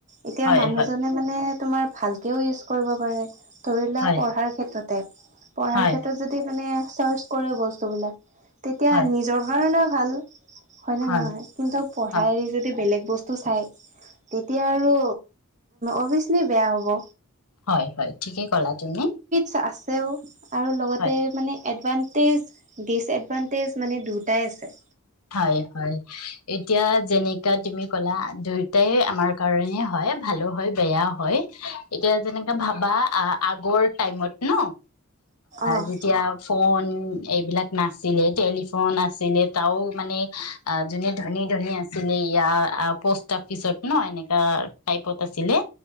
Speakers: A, on the right; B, on the left.
A: এতিয়া
B: হয়
A: মানুহজনে
B: হয়
A: মানে। তোমাৰ ভালকে ইউজ কৰিব পাৰে। ধৰিলক
B: হয়
A: <unintelligible> পঢ়াৰ ক্ষেত্ৰত
B: হয়
A: যদি মানে চাৰ্চ কৰে বস্তুবিলাক। তেতিয়া
B: হয়
A: নিজৰ কাৰণে ভাল হয়নে
B: হয়
A: নহয় কিন্তু পঢ়াই
B: হয়
A: যদি বেলেগ বস্তু চাই তেতিয়া আৰু অভিয়াচলি বেয়া হ'ব
B: হয় হয় ঠিকেই কলা তুমি।
A: চা আছেও আৰু লগতে
B: হয়
A: মানে এডভানটেজ ডিচএডভানটেজ মানে দুটাই আছে।
B: হয় হয় এতিয়া যেনেকা তুমি ক'লা ধৰি এটাই আমাৰ কাৰণে হয় ভালো হয় বেয়া হয়। হয় এতিয়া যেনেকা ভাবা আ আগৰ টাইমত ন
A: অ',
B: যেতিয়া ফোন এইবিলাক নাছিলে টেলিফোন আছিলে তও মানে, অ যোনে ধনী ধনী আছিলে ইয়াৰ পোষ্টাপিত অফিচত ন এনেকা টাইপত আছিলে।